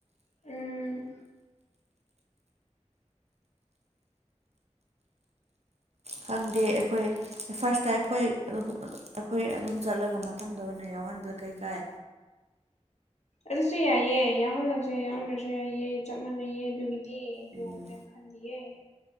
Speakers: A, on the left; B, on the right.
A: ꯎꯝ
B: ꯈꯪꯗꯦ ꯑꯩꯈꯣꯏ ꯐꯥꯔꯁꯇ ꯑꯩꯈꯣꯏ <unintelligible> ꯑꯩꯈꯣꯏ ꯑꯗꯨꯝ ꯆꯠꯂꯒ ꯃꯊꯪꯗ ꯑꯣꯏꯅ ꯌꯥꯎꯍꯟꯕꯗ ꯀꯩ ꯀꯥꯏ
A: ꯑꯗꯨꯁꯨ ꯌꯥꯏꯌꯦ ꯌꯥꯎꯍꯜꯂꯁꯦ ꯌꯥꯎꯍꯟꯗ꯭ꯔꯁꯨ ꯌꯥꯏꯑ ꯆꯞ ꯃꯥꯟꯅꯩꯌꯦ ꯑꯗꯨꯒꯤꯗꯤ <unintelligible>
B: ꯎꯝ
A: ꯈꯥꯟꯗꯤꯌꯦ